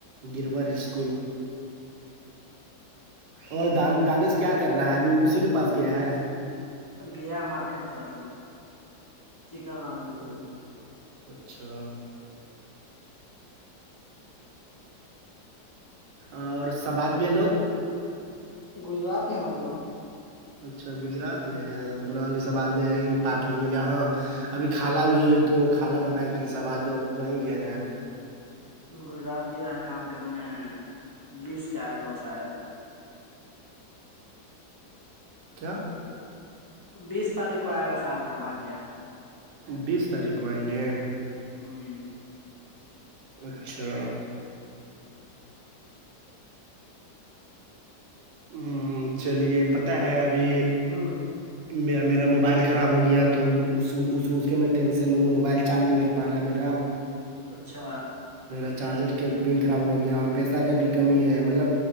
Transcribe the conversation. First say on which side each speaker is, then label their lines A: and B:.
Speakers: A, on the right; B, on the left.
A: گیروار اسکول اور دان دانش کیا کر رہا ہے ابھی اسی کے پاس گیا ہے
B: گیا مارکیٹ طرف چکن لان
A: او اچھا اور سماج بھی ہے لوگ
B: گجرات میں ان لوگ
A: اچھا گجرات میں ہے ہم کو لگا کہ سب
B: ہاں
A: آج میں یہیں پارٹی یہاں ابھی کالا ہو ہے تو کالا بتائے کہ سب آج بھی وہیں گئے ہیں
B: گجرات گیا ہے کام کرنے بیس کے آئے گا وہ شاید
A: کیا
B: بیس تاریخ کو آئے گا ساد آج بیا
A: بیس تاریخ کو آئیں گے
B: ہوں
A: اچھا ہ چلیے پتہ ہے ابھی
B: ہوں
A: میرا میرا موبائل خراب ہو گیا تو اس کے میں ٹینشن میں ہوں موبائل چارج نہیں لے پ پارمیرا
B: اچھا
A: میرا چارجر کے پن خراب ہو گیا اور پیسہ کا بھی کمی ہے مطلب